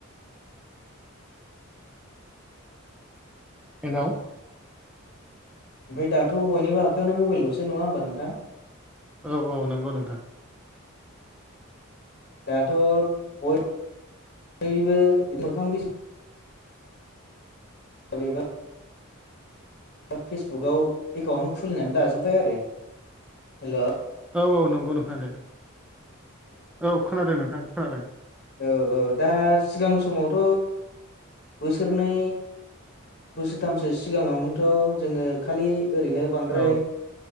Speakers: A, in the centre; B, on the left.
A: हेल'!
B: ओमफाय दाथ' बयनिबो आखायावयाव मबल'सै नङा होनोमबा नोंथां?
A: औ औ नोंगौ नोंथां।
B: दाथ' बयबो मोखां बि जाब एबा दा फेसबुकाव एकाउन्ट खुलिनानै लाजोबबाय आरो। हेल'!
A: औ औ नंगौ नोंथां दे। औ खोनादों नोंथां खोनादों।
B: ओ ओ दा सिगां समावथ' बोसोरनै बोसोरथामसो सिगाङावनोथ' जोङो खालि ओरैनो बांद्राय
A: औ